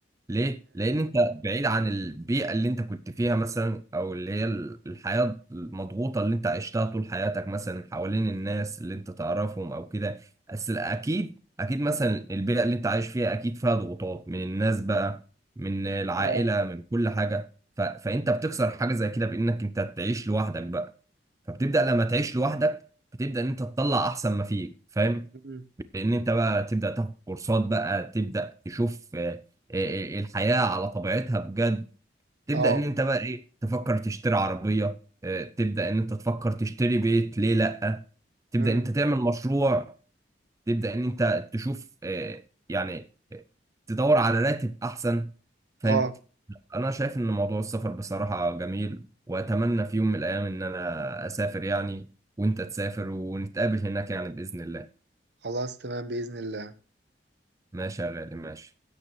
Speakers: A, on the right; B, on the right.
A: ليه؟ لأن أنت بعيد عن البيئة اللي أنت كنت فيها مثلا أو اللي هي الحياة المضغوطة اللي أنت عشتها طول حياتك مثلا حوالين الناس اللي أنت تعرفهم أو كده بس أكيد أكيد مثلا البيئة اللي أنت عايش فيها أكيد فيها ضغوطات من الناس بقى من العائلة
B: اه اه
A: من كل حاجة ف... فأنت بتكسر حاجة زي كده بإنك أنت تعيش لوحدك بقى فبتبدأ لما تعيش لوحدك بتبدأ إن أنت تطلع أحسن ما فيك فاهم؟
B: مم،
A: ان انت بقى تبدا تاخد كورسات بقى تبدا تشوف آه، آه، آه، الحياه على طبيعتها بجد تبدا
B: اه
A: ان انت بقى ايه تفكر تشتري عربيه آه، تبدا ان انت تفكر تشتري بيت ليه لا تبدا
B: مم،
A: ان انت تعمل مشروع تبدا ان انت تشوف آه، يعني آه، تدور على راتب احسن فاهم
B: آه.
A: انا شايف ان موضوع السفر بصراحه جميل واتمنى في يوم من الايام ان انا اسافر يعني وانت تسافر ونتقابل هناك يعني باذن الله
B: خلاص تمام بإذن الله
A: ماشي يا غالي ماشي